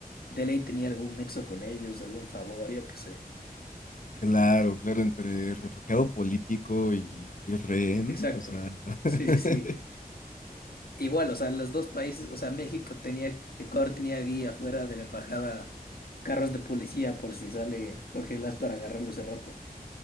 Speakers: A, on the left; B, on the left.
A: de ley tenía algún nexo con ellos, algún favor, yo qué sé.
B: Claro, claro, entre refugiado político y, y rehén,
A: Exacto.
B: o sea, <laughs>
A: Sí, sí, sí. Igual, o sea, los dos países, o sea, México tenía, Ecuador tenía guía fuera de la embajada, carros de policía por si sale Jorge Glass para agarrarlo ese rato.